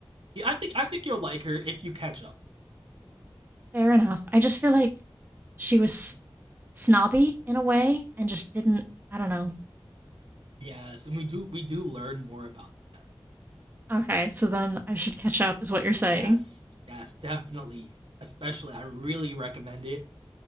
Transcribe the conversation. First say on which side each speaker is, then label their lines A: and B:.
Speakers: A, on the right; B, on the right.
A: Yeah, I think I think you'll like her if you catch up.
B: <laughs> Fair enough. I just feel like she was snobby in a way and just didn't, I don't know.
A: Yes, and we do we do learn more about that.
B: okay, so then I should catch up, is what you're saying.
A: Yes, yes, definitely. Especially, I really recommend it.